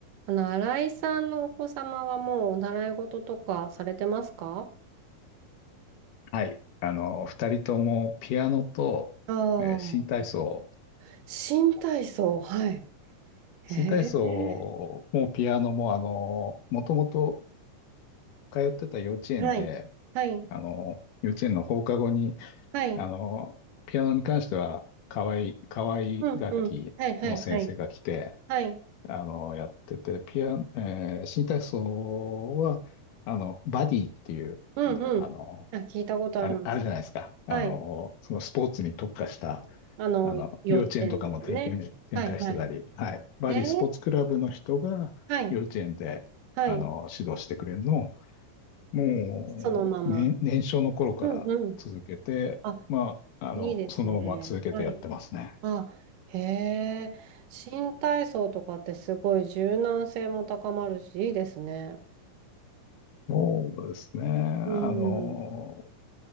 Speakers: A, on the right; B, on the left.
A: あの、新井さんのお子様はもうお習い事とかされてますか
B: はい。あの、二人ともピアノと、
A: ああ、
B: えー新体操。
A: 新体操、はい。へえ。
B: 新体操もピアノも、あの、もともと通ってた幼稚園で、
A: はい。はい、
B: あの、幼稚園の放課後に、
A: はい、
B: あの、ピアノに関しては、可愛い合、河い楽器の先生が来て、
A: うん、うん、はい、はい、はい、はい、
B: あの、やってて、ピア、えー新体操は、あの、バディっていう、
A: うん、
B: なんだろう、
A: うん。
B: あの、
A: あ、聞いたことあります。
B: ある、あるじゃないですか。あの、
A: はい。
B: そのスポーツに特化した、
A: あの、
B: あの、
A: 幼稚園ですね。
B: 幼稚園とかも展開、展開してたり、
A: はい、はい。
B: はい。バリースポーツクラブの人が幼稚園で、
A: へえ。はい、はい。
B: あの、指導してくれるのを、もう、
A: そのまま。
B: ね、年少の頃から続けて、
A: うん、うん。あ、
B: まあ、あの、
A: いいですね。
B: そのまま続けてやってますね。
A: はい。あ、へえ、新体操とかってすごい柔軟性も高まるし、いいですね。
B: そうですね。あの、
A: うん。